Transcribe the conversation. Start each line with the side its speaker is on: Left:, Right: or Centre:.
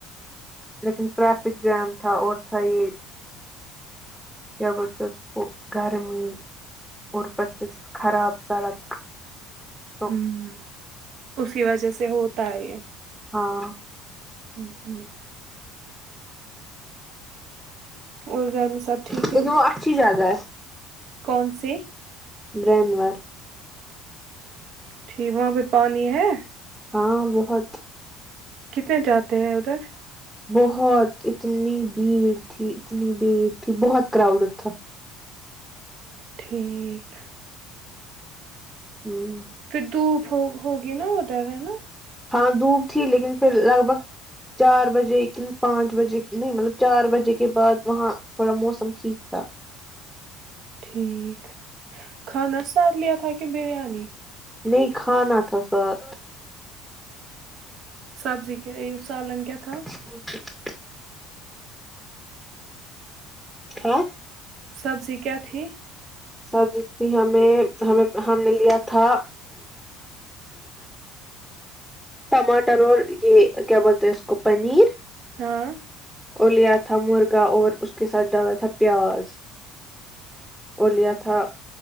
Centre: لیکن ٹریفک جیم تھا اور تھا یہ کیا بولتے اس کو گرمی اور اوپر سے خراب سڑک تو
Right: ہوں اسی وجہ سے ہوتا ہے یہ
Centre: ہاں
Right: ہوں ہوں اور گھر میں سب ٹھیک
Centre: کیونکہ
Right: ہے
Centre: وہ اچھی جگہ ہے
Right: کون سی
Centre: برنور
Right: ٹھیک وہاں پہ پانی ہے
Centre: ہاں بہت
Right: کتنے جاتے ہیں ادھر
Centre: بہت اتنی بھیڑ تھی اتنی بھیڑ تھی بہت کراؤڈ تھا
Right: ٹھیک
Centre: ہوں
Right: پھر دھوپ ہو ہوگی نا ادھر ہے نا
Centre: ہاں دھوپ تھی لیکن فر لگ بھگ چار بجے کن پانچ بجے نہیں مطلب چار بجے کے بعد وہاں تھوڑا موسم ٹھیک تھا
Right: ٹھیک کھانا سادہ لیا تھا کے بریانی
Centre: نہیں کھانا تھا ساد
Right: سبزی کیا سالان کیا تھا
Centre: <inaudible> ہاں
Right: سبزی کیا تھی
Centre: سبز تھی ہمیں ہمیں ہم نے لیا تھا ٹماٹر اور یہ کیا بولتے اس کو پنیر
Right: ہاں
Centre: اور لیا تھا مرغا اور اس کے ساتھ ڈالا تھا پیاز لیا تھا